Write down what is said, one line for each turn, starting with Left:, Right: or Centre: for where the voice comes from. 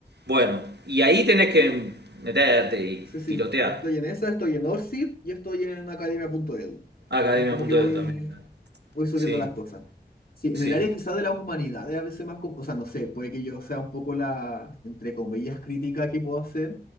Right: Bueno, y ahí tenés que meterte y
Left: Sí, sí.
Right: tirotear.
Left: Estoy en esa, estoy en Orsid y estoy en academia.edu.
Right: academia
Left: Ahí como
Right: punto
Left: que voy,
Right: Academia.de también.
Left: voy subiendo
Right: Sí,
Left: las cosas. Sí,
Right: sí.
Left: en el área quizá de las humanidades, a veces más, com- o sea, no sé, puede que yo sea un poco la, entre comillas, crítica que puedo hacer,